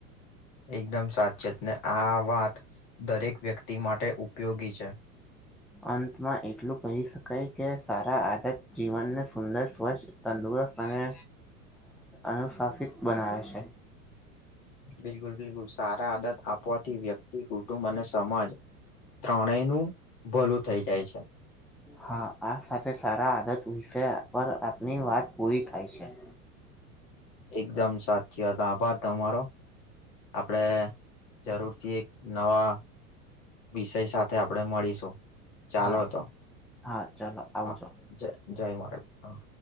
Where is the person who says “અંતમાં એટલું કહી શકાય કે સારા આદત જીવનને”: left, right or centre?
Centre